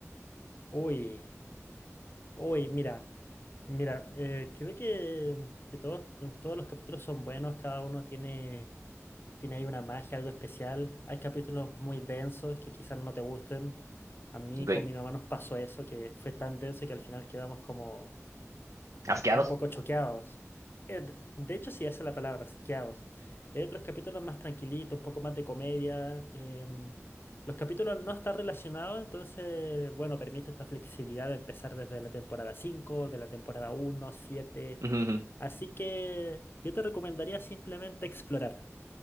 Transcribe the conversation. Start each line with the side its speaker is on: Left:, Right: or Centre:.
Left: Uy. Uy, mira, mira, eh, creo que, que todos, que todos los capítulos son buenos, cada uno tiene, tiene ahí una magia, algo especial. Hay capítulos muy densos que quizás no te gusten. A mí
Right: Ok,
Left: con mi mamá nos pasó eso, que fue tan denso que al final quedamos como
Right: asqueados.
Left: un poco choqueados. Eh, De de hecho, sí, esa es la palabra, choqueados. Hay otros capítulos más tranquilitos, un poco más de comedia. em, los capítulos no están relacionados, entonces, bueno, permite esta flexibilidad de empezar desde la temporada 5 de la temporada uno siete
Right: <laughs> Ujú, ujú.
Left: Así que yo te recomendaría simplemente explorar.